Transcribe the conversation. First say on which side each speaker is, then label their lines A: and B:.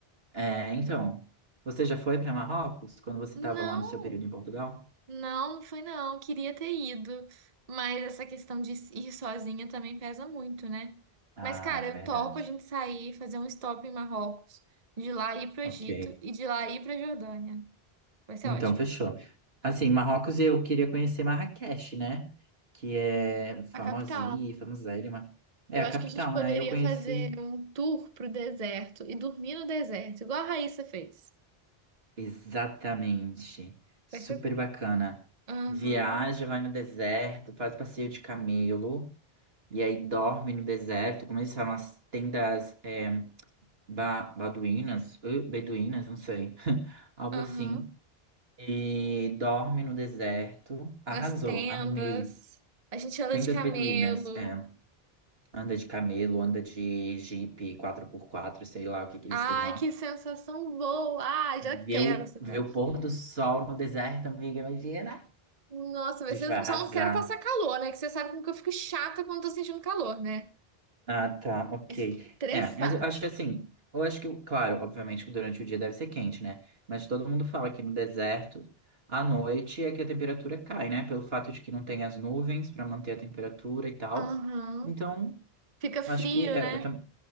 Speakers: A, on the right; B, on the right.
A: É, então, você já foi para Marrocos quando você
B: Não.
A: estava lá no seu período em Portugal?
B: Não, não fui não. Queria ter ido. Mas essa questão de ir sozinha também pesa muito, né?
A: Ah,
B: Mas, cara,
A: é
B: eu
A: verdade.
B: topo a gente sair, fazer um stop em Marrocos, de lá ir pro Egito
A: Ok.
B: e de lá ir pra Jordânia. Vai ser
A: Então,
B: ótimo.
A: fechou. Assim, Marrocos eu queria conhecer Marrakech, né? Que é famosíssima,
B: A capital.
A: famosérrima. É
B: Eu
A: a
B: acho
A: capital,
B: que a gente poderia
A: né? Eu conheci.
B: fazer um tour pro deserto e dormir no deserto, igual a Raíssa fez.
A: Exatamente. Super
B: Vai ser.
A: bacana.
B: Aham,
A: Viaja, vai no deserto, faz passeio de camelo, e aí dorme no deserto, como eles falam, as tendas é, ba- baduínas, eh, beduínas, não sei, <laughs> algo
B: aham.
A: assim. E dorme no deserto. Arrasou,
B: Nas tendas.
A: amei.
B: A gente anda
A: Tendas
B: de camelo.
A: beduínas, é, anda de camelo, anda de jipe quatro por quatro sei lá o que que eles
B: Ai,
A: têm lá.
B: que sensação boa! Ai,
A: Ver
B: já quero
A: o,
B: essa
A: ver
B: viagem.
A: o pôr do sol no deserto, amiga, imagina!
B: Nossa, vai
A: A
B: ser.
A: gente vai arrasar.
B: Só não quero passar calor, né? Que você sabe como que eu fico chata quando tô sentindo calor, né?
A: Ah, tá, ok.
B: Estressada.
A: É, mas eu acho que assim, eu acho que, claro, obviamente que durante o dia deve ser quente, né? Mas todo mundo fala que no deserto, à noite é que a temperatura cai, né? Pelo fato de que não tem as nuvens para manter a temperatura e tal.
B: Aham.
A: Então,
B: Fica frio,
A: acho que é,
B: né?
A: é, tam-